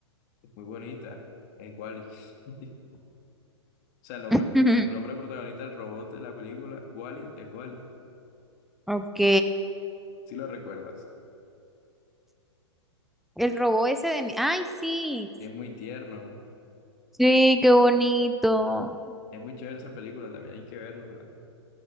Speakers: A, on the left; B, in the centre.
A: Muy bonita, es Wally. <laughs> O sea, el nombre,
B: <laughs>
A: el nombre protagonista del robot de la película, Wally, es Wally.
B: Ok.
A: Si lo recuerdas.
B: El robot ese de... mi- Ay, sí.
A: Es muy tierno.
B: Sí, qué bonito.
A: Es muy chévere esa película, también hay que vernosla.